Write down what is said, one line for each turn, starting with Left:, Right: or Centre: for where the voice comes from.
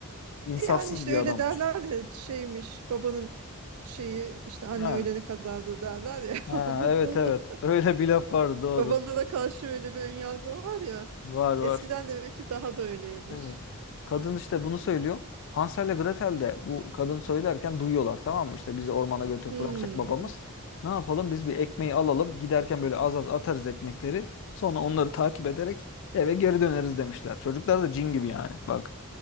Left: insafsız
Right: E, Yani işte
Left: bir
Right: öyle
Left: adammış.
Right: derler ya şeymiş babanın şeyi işte anne
Left: Yani.
Right: ölene kadardı derler ya
Left: Ha,
Right: <laughs> babalı.
Left: evet evet. Öyle bir laf var doğru.
Right: Babalara karşı öyle bir önyargı var ya.
Left: Var var.
Right: Eskiden demek ki daha da öyleymiş.
Left: Evet. Kadın işte bunu söylüyor. Hansel ile Gretel de bu kadın söylerken duyuyorlar tamam mı? İşte bizi ormana götürüp
Right: Hmm.
Left: bırakacak babamız. Ne yapalım? Biz bir ekmeği alalım. Giderken böyle az az atarız ekmekleri. Sonra onları takip ederek eve geri döneriz demişler. Çocuklar da cin gibi yani. Bak.